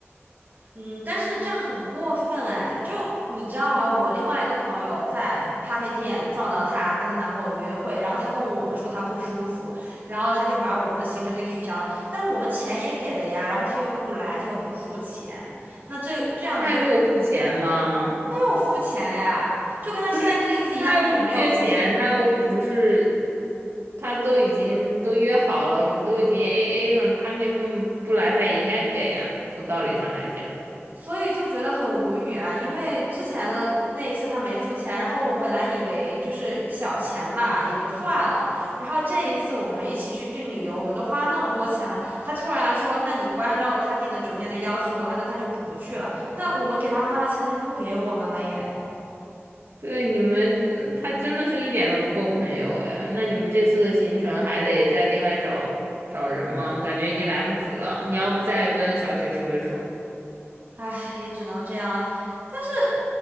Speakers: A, on the right; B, on the right.
A: 嗯，但是这样很过分哎，就你知道吗？我另外一个朋友在咖啡店撞到她，跟她男朋友约会，然后她跟我们说她不舒服，然后她就把我们的行程给取消了，但是我们钱也给了呀，然后她又不来，她又不付钱，那这这样子就很没
B: 他还没有付钱吗？
A: 有付钱呀，就跟她现在这一次一样，
B: 可是可是他又不缺钱，
A: 她也没有付钱。
B: 他又不是，他都已经都约好了，你都已经 AA 了，他那份不来他也应该给啊，从道理上来讲。
A: 所以就觉得很无语啊，因为之前的那一次他没付钱，然后我本来以为就是小钱嘛，也就算了，然后这一次我们一起去订旅游，我们都花那么多钱了，他突然说，那你不按照他订的酒店的要求的话，那他就不去了，那我们给他花了钱，他就不给我们了耶。
B: 对你们，嗯，他真的是一点都不够朋友哎。那你们这次的行程还得再另外找找人吗？感觉已经来不及了。你要不再跟小雪说一说？
A: 唉，也只能这样了。但是